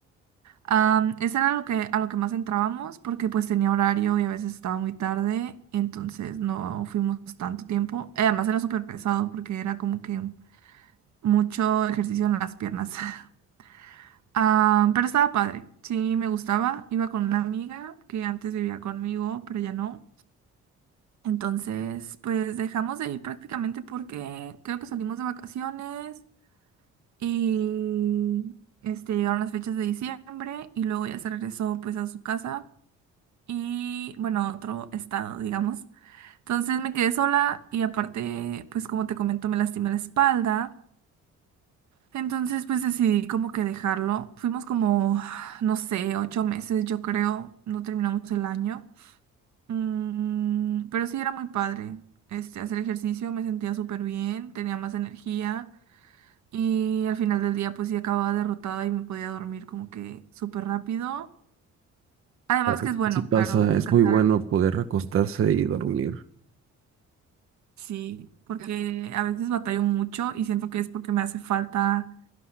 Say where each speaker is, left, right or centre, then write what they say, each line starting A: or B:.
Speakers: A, on the right; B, on the right.
A: Am, eso era lo que, a lo que más entrábamos porque pues tenía horario y a veces estaba muy tarde, entonces no fuimos tanto tiempo. Eh, Además era súper pesado porque era como que mucho ejercicio en las piernas. <laughs> Am, pero estaba padre, sí me gustaba. Iba con una amiga que antes vivía conmigo, pero ya no. Entonces, pues dejamos de ir prácticamente porque creo que salimos de vacaciones y este, llegaron las fechas de diciembre y luego ya se regresó pues a su casa y bueno, a otro estado, digamos. Entonces me quedé sola y aparte, pues como te comento, me lastimé la espalda. Entonces, pues decidí como que dejarlo. Fuimos como, no sé, ocho meses, yo creo, no terminamos el año. Mm, pero sí era muy padre. Este, hacer ejercicio me sentía súper bien, tenía más energía y al final del día pues sí acababa derrotada y me podía dormir como que súper rápido. Además
B: Ok.
A: que es bueno,
B: Sí pasa,
A: claro, descansar.
B: es muy bueno poder acostarse y dormir.
A: Sí, porque a veces batallo mucho y siento que es porque me hace falta